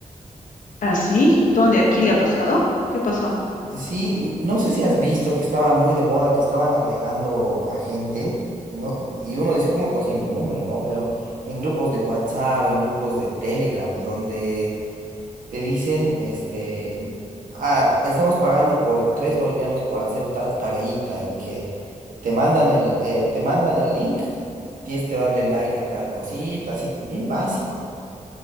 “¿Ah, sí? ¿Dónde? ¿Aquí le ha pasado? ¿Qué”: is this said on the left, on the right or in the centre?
Left